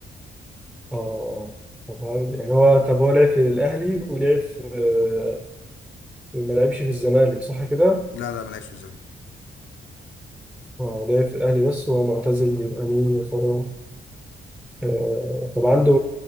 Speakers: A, in the centre; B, on the left (about 65°).
A: اه طب هل يعني هو طب هو لعب في الأهلي ولعب في آه، ما لعبش في الزمالك صح كده؟
B: لا لا ما لعبش في الزمالك
A: اه لعب في الأهلي بس وهو معتزل يبقى مين يا ترى؟ آه، طب عنده